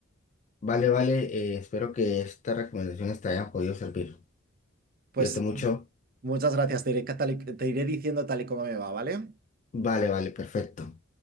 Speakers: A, on the left (about 35°); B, on the right (about 45°).
A: Vale, vale, eh, espero que estas recomendaciones te hayan podido servir.
B: Pues
A: Cuídate mucho.
B: Muchas gracias, te iré, catali- te iré diciendo tal y como me va, ¿vale?
A: Vale, vale, perfecto.